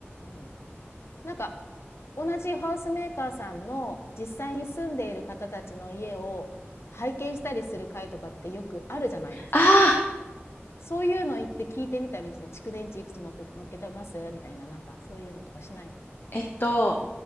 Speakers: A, on the left; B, on the left.
A: うん。なんか、同じハウスメーカーさんの実際に住んでいる方たちの家を拝見したりする会とかってよくあるじゃないですか。
B: ああ、
A: そういうの行って聞いてみたり蓄電池いくつ持って乗っけてますみたいな、なんかそういうのとかしない？
B: えっと、